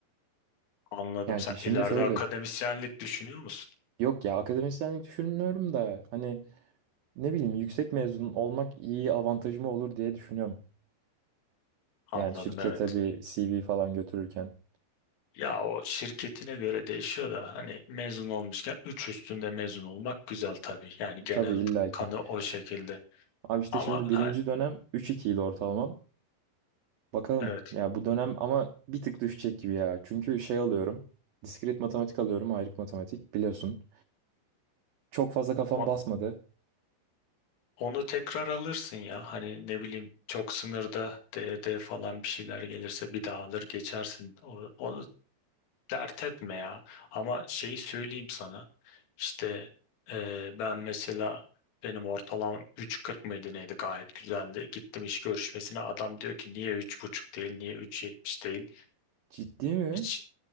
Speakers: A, on the left; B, on the right.
A: anladım
B: Yani
A: sen
B: şimdi
A: ileride
B: şöyle.
A: akademisyenlik düşünüyor musun
B: Yok ya akademisyenlik düşünmüyorum da hani ne bileyim yüksek mezun olmak iyi avantajım olur diye düşünüyorum.
A: anladım
B: Yani şirkete
A: evet
B: bir CV falan götürürken.
A: Ya o şirketine göre değişiyor da hani mezun olmuşken 3 üstünde mezun olmak güzel tabii. Yani genel
B: Tabii illaki.
A: kanı o şekilde.
B: Abi işte
A: Ama
B: şimdi
A: ha,
B: birinci dönem üç iki ile ortalamam. Bakalım
A: evet
B: ya bu dönem ama bir tık düşecek gibi ya. Çünkü şey alıyorum. Diskret matematik alıyorum. Ayrık matematik biliyorsun. Çok fazla kafam
A: o-
B: basmadı.
A: onu tekrar alırsın ya. Hani ne bileyim çok sınırda D D falan bir şeyler gelirse bir daha alır geçersin. O- Onu, Dert etme ya. Ama şeyi söyleyeyim sana. İşte eee, ben mesela benim ortalamam 3.40 mıydı neydi gayet güzeldi. Gittim iş görüşmesine adam diyor ki niye 3.5 değil niye 3.70 değil.
B: Ciddi mi?
A: İç,